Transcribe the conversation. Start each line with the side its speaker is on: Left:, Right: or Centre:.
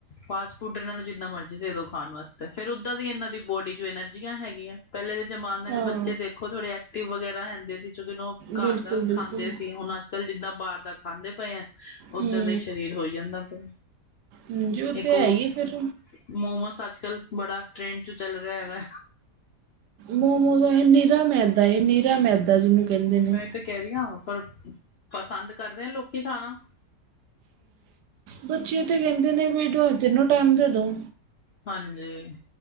Left: ਫਾਸਟ ਫੂਡ ਏਨਾਂ ਨੂੰ ਜਿੰਨਾ ਮਰਜ਼ੀ ਦੇ ਦੋ ਖਾਣ ਵਾਸਤੇ ਫਿਰ ਓਦਾਂ ਦੀ ਏਨਾਂ ਦੀ ਬੋਡੀ 'ਚ ਐਨਰਜੀਆਂ ਹੈਗੀਆਂ। ਪੈਹਲੇ ਦੇ ਜ਼ਮਾਨੇ
Right: ਹਾਂ
Left: ਦੇ ਬੱਚੇ ਦੇਖੋ ਥੋੜੇ ਐਕਟਿਵ ਵਗੈਰਾ ਹੈਦੇ ਸੀ ਘਰ
Right: ਬਿਲਕੁਲ
Left: ਦਾ
Right: ਬਿਲਕੁਲ
Left: ਖਾਂਦੇ ਸੀ ਹਣ ਕੱਲ ਜਿੱਦਾਂ ਬਾਹਰ ਦਾ ਖਾਂਦੇ ਪਏ ਆ ਓਦਾਂ
Right: ਹੂੰ
Left: ਦਾ ਹੀ ਸਰੀਰ ਹੋਈ ਜਾਂਦਾ ਪਿਆ।
Right: ਹਾਂਜੀ, ਓ
Left: ਇੱਕ
Right: ਤਾਂ
Left: ਉਹ
Right: ਹੈ ਹੀ ਫਿਰ
Left: ਮੋਮੋਸ ਅੱਜਕਲ੍ਹ ਬੜਾ ਟ੍ਰੈਂਡ ਚ ਚੱਲ ਰਿਹਾ ਹੈਗਾ।
Right: ਮੋਮੋਜ ਨੀਰਾ ਮੈਦਾ ਏਹ ਨੀਰਾ ਮੈਦਾ ਜੀਹਨੂੰ ਕੈਹਦੇ ਨੇ।
Left: ਮੈਂ ਤਾਂ ਕਹਿ ਰੀਆਂ ਪਰ ਪਸੰਦ ਕਰਦੇ ਆ ਲੋਕੀ ਖਾਣਾ।
Right: ਬੱਚੇ ਤੇ ਕਹਿੰਦੇ ਨੇ ਵੀ ਦੋ-ਤਿੰਨੋ ਟਾਈਮ ਦੇਦੋ।
Left: ਹਾਂਜੀ,